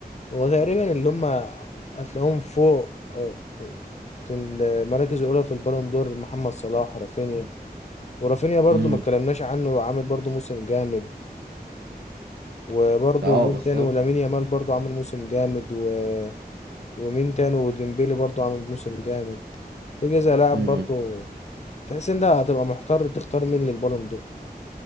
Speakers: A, on the left (about 45°); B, on the right (about 85°).
A: هو تقريبا اللي هم هتلاقيهم فوق آه، في المراكز الاولى في البالون دور محمد صلاح رافينيا ورافينيا برضو
B: امم
A: ما اتكلمناش عنه عامل برضو موسم جامد وبرضو
B: اه
A: مين
B: بالظبط
A: تاني ولامين يامال برضو عامل موسم جامد و... ومين تاني وديمبيلي برضو عامل موسم جامد في كذا لاعب
B: امم
A: برضو تحس ان ده هتبقى محتار تختار مين للبالون دور